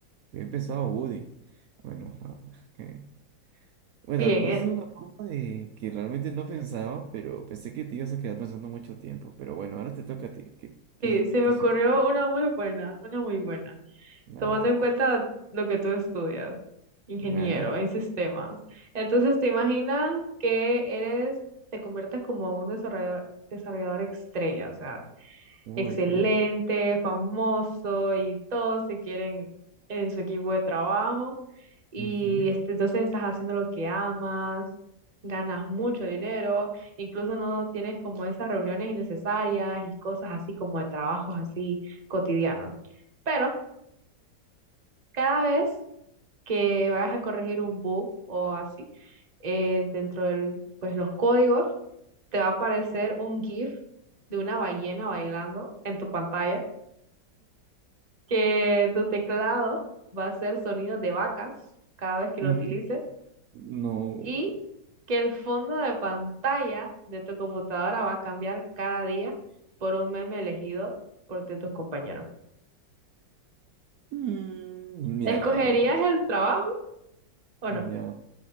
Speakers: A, on the right (about 80°); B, on the right (about 30°).
A: Bien pensado, Woody. Bueno, <laughs> Bueno,
B: bien,
A: respondiste
B: ¿eh?
A: de una forma de que realmente no pensaba, pero pensé que te ibas a quedar pensando mucho tiempo. Pero bueno, ahora te toca a ti. ¿Qué, qué
B: Sí, se
A: caso
B: me ocurrió
A: hipotético?
B: una muy buena, una muy buena,
A: Dale,
B: tomando
A: te escucho.
B: en cuenta lo que tú estudias, ingeniero
A: Dale.
B: en sistemas. Entonces, ¿te imaginas que eres, te conviertes como un desarrollador, desarrollador estrella? O sea,
A: Uy,
B: excelente,
A: qué horrible.
B: famoso y todos se quieren en su equipo de trabajo y
A: Ujú.
B: este, entonces estás haciendo lo que amas, ganas mucho dinero, incluso no tienes como esas reuniones innecesarias y cosas así como de trabajos así cotidianos. Pero cada vez que vayas a corregir un bug o así, eh, dentro de pues, los códigos, te va a aparecer un GIF de una ballena bailando en tu pantalla que tu teclado va a hacer sonidos de vacas cada vez que lo
A: Mm,
B: utilices
A: No.
B: y que el fondo de pantalla de tu computadora va a cambiar cada día por un meme elegido por de tus compañeros.
A: Mm, Mira,
B: ¿Escogerías
A: la verdad.
B: el trabajo o
A: Ya.
B: no?